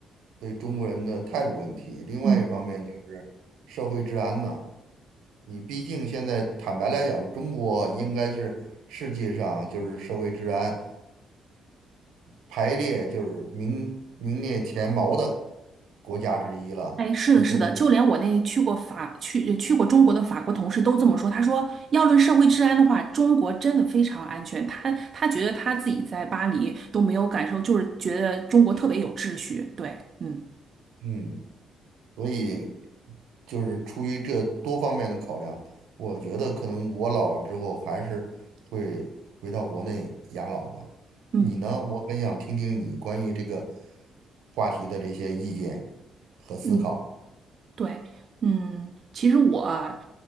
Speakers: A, on the right; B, on the right.
A: 对中国人的态度问题，另外一方面就是社会治安呐。
B: 嗯，
A: 你毕竟现在坦白来讲，中国应该是世界上就是社会治安排列就是名名列前茅的国家之一了。
B: 哎，是的，
A: 毕竟
B: 是的，就连我那去过法去去过中国的法国同事都这么说，他说要论社会治安的话，中国真的非常安全，他他觉得他自己在巴黎都没有感受，就是觉得中国特别有秩序。对，嗯
A: 嗯，所以就是出于这多方面的考量，我觉得可能我老了之后还是会回到国内养老吧。
B: 嗯。
A: 你呢？我很想听听你关于这个话题的这些意见和思考。
B: 嗯，对，嗯，其实我啊